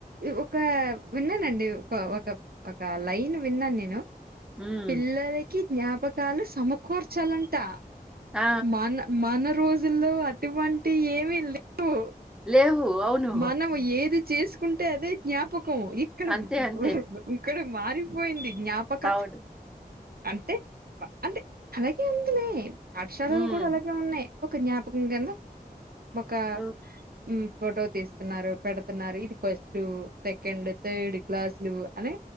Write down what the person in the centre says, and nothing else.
హ్మ్.
ఆ!
లేవు. అవును.
అంతే. అంతే.
అవును.
హ్మ్.
ఓ